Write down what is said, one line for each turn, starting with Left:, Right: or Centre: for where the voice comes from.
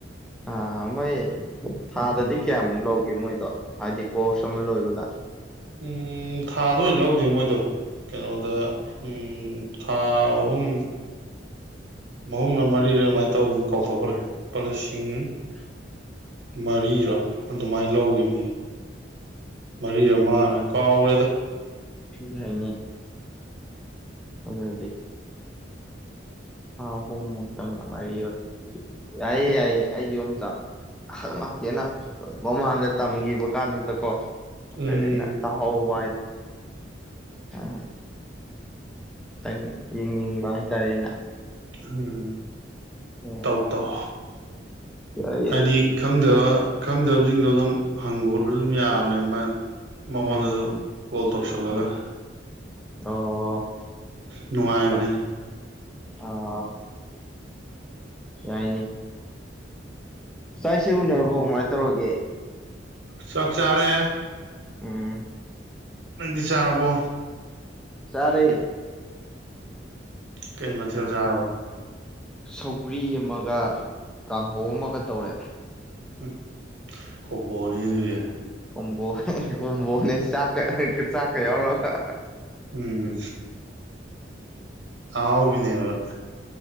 Centre: ꯑ ꯃꯣꯏ ꯊꯥꯗꯗꯤ ꯀꯌꯥꯃꯨꯛ ꯂꯧꯒꯦ ꯃꯣꯏꯗꯣ ꯍꯥꯏꯗꯤ ꯀꯣꯔꯁ ꯑꯃ ꯂꯣꯏꯕꯗ
Right: ꯎꯝ ꯊꯥꯗ ꯑꯣꯏꯅ ꯂꯧꯗꯦ ꯃꯣꯏꯗꯣ ꯀꯩꯅꯣꯗ ꯎꯝ ꯊꯥ ꯑꯍꯨꯝ ꯃꯍꯍꯨꯝꯅ ꯃꯔꯤꯗ ꯑꯗꯨꯃꯥꯏꯅ ꯇꯧꯈꯤꯕ ꯀꯥꯎꯊꯣꯛꯈ꯭ꯔꯦ ꯂꯨꯄꯥ ꯂꯤꯁꯤꯡ
Centre: <inaudible>
Right: ꯃꯔꯤꯔꯥ ꯑꯗꯨꯃꯥꯏꯅ ꯂꯧꯈꯤꯕꯅꯤ ꯃꯔꯤ ꯑꯃꯃꯅꯦ ꯀꯥꯎ ꯑꯣꯏꯔꯦꯗ
Centre: ꯁꯤꯒ ꯍꯕꯣ ꯑꯗꯗꯤꯗꯤ ꯊꯥ ꯑꯍꯨꯝꯃꯨꯛꯇꯪ ꯑꯗꯨꯥꯏꯔꯤ ꯌꯥꯏꯌꯦ ꯌꯥꯏꯌꯦ ꯑꯩꯒꯤ ꯑꯃꯝꯇꯍꯛ ꯉꯥꯛꯇꯦꯅ ꯃꯃꯥꯡꯗ ꯇꯝꯈꯤꯕ ꯀꯥꯟꯗꯨꯗꯀꯣ
Right: ꯎꯝ
Centre: ꯅꯠꯇ ꯍꯕ ꯑ ꯈꯤꯇꯪ ꯌꯦꯡꯅꯤꯡꯕ ꯍꯥꯏꯇꯥꯔꯦ ꯑꯩꯅ <unintelligible>
Right: ꯎ
Centre: ꯎꯝ
Right: ꯇꯧ ꯇꯧ
Centre: ꯌꯥꯏꯌꯦ
Right: ꯍꯥꯏꯗꯤ ꯈꯪꯗꯕ ꯈꯪꯗꯕꯁꯤꯡꯗꯣ ꯑꯗꯨꯝ ꯍꯪꯕ ꯈꯣꯠꯄꯁꯨ ꯑꯗꯨꯝ ꯌꯥꯕꯅꯦ ꯃꯥ ꯃꯉꯣꯟꯗ
Centre: ꯎꯝ
Right: ꯑꯗꯨ ꯀꯣꯜ ꯇꯧꯁꯜꯂꯒ
Centre: ꯎꯝ ꯑꯣ
Right: ꯅꯨꯡꯉꯥꯏꯕꯅꯦ
Centre: ꯑꯆꯥ ꯑꯥ ꯌꯥꯏꯅꯦ ꯆꯥꯏꯁꯤꯦ ꯎꯅꯔꯕꯣ ꯀꯃꯥꯏꯅ ꯇꯧꯔꯒꯦ
Right: ꯆꯆꯥꯥꯔꯦ
Centre: ꯎꯝ
Right: ꯅꯪꯗꯤ ꯆꯥꯔꯕꯣ
Centre: ꯁꯔꯦ
Right: ꯀꯩ ꯃ ꯍꯧ ꯇ
Centre: ꯁꯧꯒ꯭ꯔꯤ ꯑꯃꯒ ꯀꯥꯡꯍꯧ ꯑꯃꯒ ꯇꯧꯔꯦ
Right: ꯎꯝ ꯀꯝꯕꯅꯤꯔ
Centre: ꯀꯣꯝꯕꯣꯅꯦ ꯀꯣꯝꯕꯣꯅꯦ ꯆꯥꯛꯀ ꯆꯥꯛꯀ ꯌꯥꯎꯔꯒ
Right: ꯎꯝ ꯑꯕꯅꯦꯕ